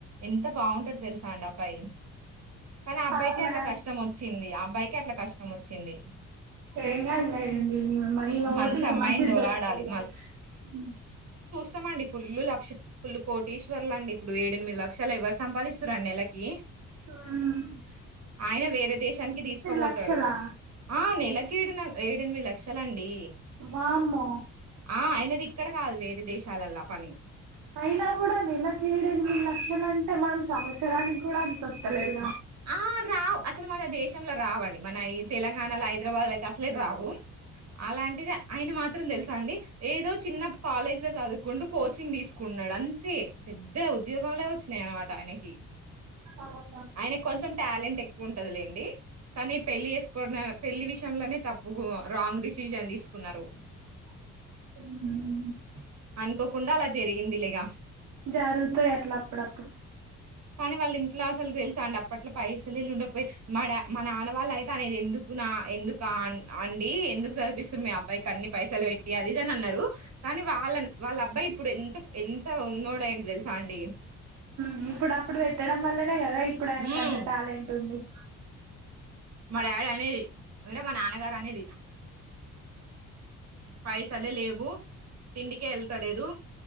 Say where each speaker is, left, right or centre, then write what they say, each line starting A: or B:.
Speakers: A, on the right; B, on the right.
A: ఎంత బాగుంటడు తెలుసా అండి అబ్బాయి కనీ అ బ్బాయికె
B: అవునా
A: అట్ల కష్టం ఒచ్చింది అబ్బాయికె అట్ల కష్టం ఒచ్చింది
B: ఏంగాదు లెండి ఇంగ ఇమే పోతె
A: మంచి
B: ఇంక
A: అమ్మాయిని
B: మంచిది
A: దోలాడాలి
B: దొరుకుతది కావొచ్చు
A: తమండి ఫుల్ లక్ష ఫుల్ కోటీశ్వర్లండి ఇప్పుడు ఏడెనిమిది లక్షలు ఎవరు సంపాదిస్తురండి నెలకి
B: ఆ
A: ఆయన వేరే దేశానికి తీసుకపోతడు
B: లక్షలా
A: ఆ నెల కెడ్ న ఏడేనిమిది లక్షలండి
B: వామ్మో
A: ఆ అయినదిక్కడ గాదు వేరే దేశాలల్లా పని
B: అయినా గూడా నెలకి ఏడెనిమిది లక్షలు అంటే మనం సంవత్సరానికి గూడా అంతొత్తలేదు
A: అహా! ఆ రావ్ అసలు మన దేశంల రావండి మన ఈ తెలంగాణలో హైద్రాబాద్లో అయితే అసలే రావు అలాంటిది ఆయన మాత్ త్రం తెలుసా అండి ఏదో చిన్న కాలేజీ లో చదువుకుండు కోచింగ్ తీసుకున్నడు అంతే పెద్ద ఉద్యోగాంలే ఒచ్చినయి అనమాట ఆయనకి
B: అవునా
A: ఆయనక్ కొంచెం టాలెంట్ ఎక్కువుంటదిలేండి కానీ పెళ్లిి వేస్కోనా పెళ్లిి విషయంలోనే తప్పు గ రాంగ్ డిసిజన్ తీసుకున్నారు
B: మ్
A: అనుకోకుండా అలా జరిగిందిలే ఇగ
B: జరుగుతాయి అట్లా అప్పుడప్పుడు
A: కానీ వాళ్ళింట్ల అసలు తెలుసా అండి అప్పట్ల పైసలిల్ ఉండకపో మాడా మా నాన్న వాళ్ళైతే అనేది ఎందు నా ఎందుకా అ అండి ఎందుకు జదిపిస్సురు మీ అబ్బాయికి అన్ని పైసల్ వేట్టి అదిఇది అని అన్నారు కానీ వాళ్ళన్ వాళ్ళ అబ్బాయి ఇప్పుడు ఎంత్ ఎంత ఉన్నాడు అయిండు దెలుసా ఆండీ
B: ఉమ్ ఇప్పుడు అప్పుడు వేట్టడం వల్లనే గదా ఇప్పుడు అయినాకంత
A: హ్మ్.
B: టాలెంట్ ఉంది
A: మా డాడీ అనేది అంటె మా నాన్నగారు అనేది పైసలే లేవు తిండికే ఏళ్తలేదు